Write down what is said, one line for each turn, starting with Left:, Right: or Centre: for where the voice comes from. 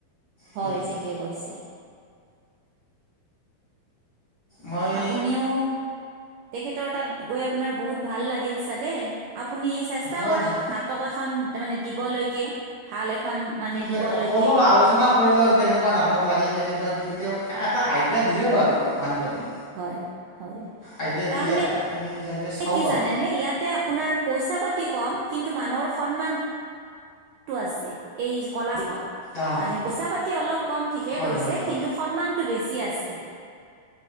Right: হয়,
Left: সেইটোৱে
Right: ঠিকেই কৈছে!
Left: মই
Right: আপুনিও, তেখেতৰ তাত গৈ আপোনাৰ বহুত ভাল লাগিল চাগে। আপুনি চেষ্টা
Left: হয়
Right: কৰক,
Left: হয়
Right: নাটক এখন তাৰমানে দিবলৈকে ভাল এখন। মানে
Left: সকলো
Right: দিবলৈকে
Left: আলোচনা ধৰি লওঁক, কেনেকুৱা নাটক লাগে। কেনেকুৱা কি তেওঁ এটা আইডিয়া দিলে বাৰু মানুহজনে।
Right: হয় হয়,
Left: আইডিয়া দিলে
Right: তাৰ মানে
Left: এটা সেই হিচাপে চাওঁ
Right: কি
Left: বাৰু
Right: জানেনে, ইয়াতে আপোনাৰ। পইচা পাতি কম, কিন্তু মানুহৰ সন্মান টো আছে, এই কলাষত
Left: অঁ
Right: মানে পইচা-পাতি অলপ কম ঠিকে
Left: হয়
Right: কৈছে।
Left: হয় হয়
Right: কিন্তু সন্মানটো বেছি আছে।